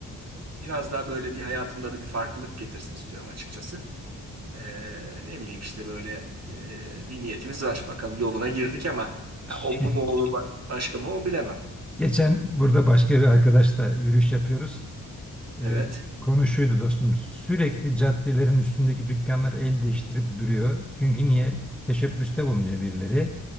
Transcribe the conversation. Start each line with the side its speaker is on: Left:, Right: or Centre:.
Right: Biraz daha böyle bir hayatımda da bir farklılık getirsin istiyorum açıkçası. Ee, ne bileyim işte böyle e, bir niyetimiz var. Bakalım yoluna girdik ama ya
Centre: <laughs>
Right: o bu mu olur başka mı o bilemem.
Centre: Geçen burada başka bir arkadaşla yürüyüş yapıyoruz.
Right: Evet,
Centre: E, konu şuydu dostum. Sürekli caddelerin üstündeki dükkanlar el değiştirip duruyor. Çünkü niye? Teşebbüste bulunuyor birileri.